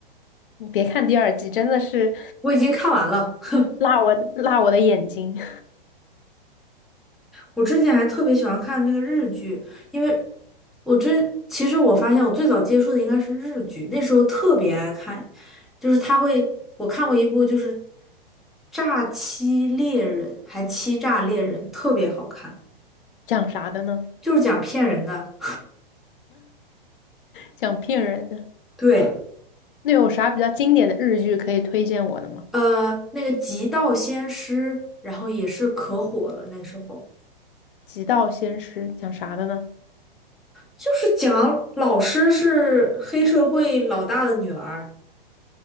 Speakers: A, on the left; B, in the centre.
A: 你别看第二季，真的是
B: 我已经看完了。<laughs> 哼。
A: 辣我辣我的眼睛。
B: 我之前还特别喜欢看那个日剧，因为我之其实我发现我最早接触的应该是日剧，那时候特别爱看，就是他会，我看过一部就是《诈欺猎人》，还《欺诈猎人》，特别好看，
A: <laughs> 讲啥的呢？
B: 就是讲骗人的。
A: 讲骗人的。
B: 对，
A: 那有啥比较经典的日剧可以推荐我的吗？
B: 呃，那个《极道先师》，然后也是可火了，那时候
A: 《极道鲜师》讲啥的呢？
B: 就是讲老师是黑社会老大的女儿。